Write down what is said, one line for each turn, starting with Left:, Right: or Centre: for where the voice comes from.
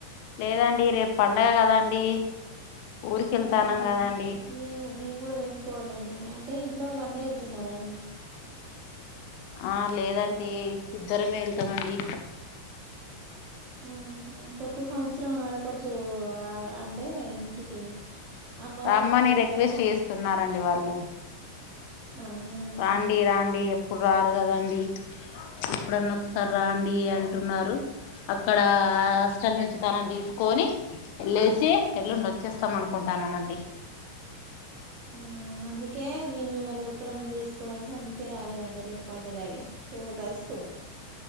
Left: లేదండి రేపు పండగ కదా అండి ఊరికెళ్తాన్నాం
Right: ఆ
Left: గదండి
Right: మేము మేము కూడా తెంపుకోవాలండి అంటె ఇంట్లో వాళ్ళందరెళ్తా తున్నారా అండి
Left: ఆ లేదండి ఇద్దరమే వెళ్తామండి
Right: మ్ హుమ్ కొత్త సం చిత్రం ఆడపడుచు ఆ అంటే ఇంటికి అమ్మ
Left: రామ్మని
Right: వాళ్ళ ఇంటికి వెళ్ళాలని
Left: రిక్వెస్ట్ చేస్తున్నారండి వాళ్ళు
Right: అవునండి
Left: రాండి రాండి ఎప్పుడు రా రు కదండి ఎప్పుడన్నా ఒకసారి రాండి అంటున్నారు అక్కడా చచ్చల నుంచి తనను తీసుకొని ఎల్లేసి ఎల్లుండి వచ్చేస్తాం అనుకుంటున్నాన్ మం
Right: మ్ అందుకే మేము ఇవాళ ఉప్పలమ్మ ని చేసుకోవడానికి అందుకే రాలేదండి రేపు పండుగని లెపొతెవస్తుము